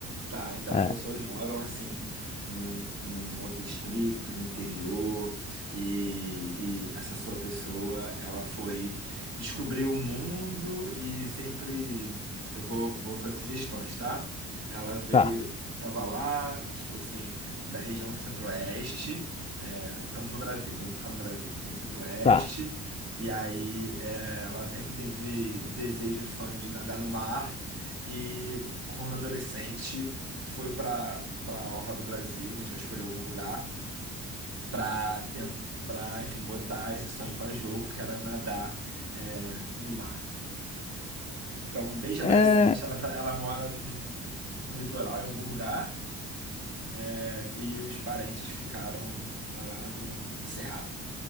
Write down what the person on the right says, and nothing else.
Tá, então
as pessoas moram assim num, num outro distrito, no interior, e, e essa sua pessoa, ela foi descobrir o mundo e sempre eu vou, vou fazer sugestões, tá? Ela veio,
tava lá, tipo assim, da região do Centro-Oeste. Estamos no Brasil, vamos ficar no Brasil. Estamos no Centro-Oeste.
E aí, é, ela sempre teve desejo, sonho de nadar no mar. E quando adolescente, foi para para Orla do Brasil. A gente vai escolher algum lugar para tentar, para, enfim, botar esse sonho pra jogo, que era nadar é, no mar. Então, desde
adolescente, ela, tá- ela mora no, no litoral, em algum lugar, é, e os parentes ficaram lá no, no cerrado